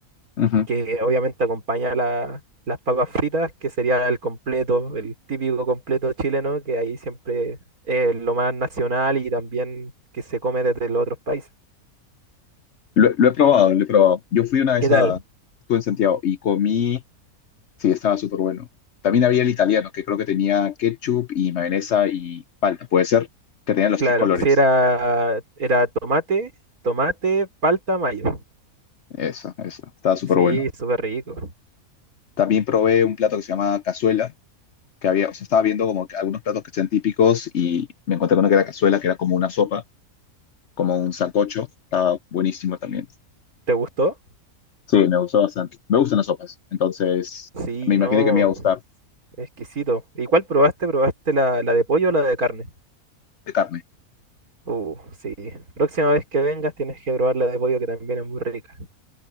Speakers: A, on the left; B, on the right.
A: Ujú.
B: que obviamente acompaña la- las papas fritas, que sería el completo, el típico completo chileno, que ahí siempre es lo más nacional y también que se come desde los otros países.
A: Lo, lo he probado, lo he probado. Yo fui una vez
B: ¿Qué tal?
A: a, estuve en Santiago y comí, sí, estaba súper bueno. También había el italiano, que creo que tenía ketchup y mayonesa y palta, puede ser, que tenía los
B: Claro,
A: tres colores.
B: sí era, era tomate, tomate, palta, mayo.
A: Eso, eso, estaba súper
B: Sí,
A: bueno.
B: súper rico.
A: También probé un plato que se llama cazuela, que había, o sea, estaba viendo como que algunos platos que sean típicos y me encontré con uno que era cazuela, que era como una sopa, como un sancocho, estaba buenísimo también.
B: ¿Te gustó?
A: Sí, me gustó bastante. Me gustan las sopas, entonces
B: Sí,
A: me imaginé
B: no,
A: que me iba a gustar
B: exquisito. ¿Y cuál probaste? ¿Probaste la, la de pollo o la de carne?
A: de carne.
B: Uh, sí. Próxima vez que vengas tienes que probar la de pollo que también es muy rica.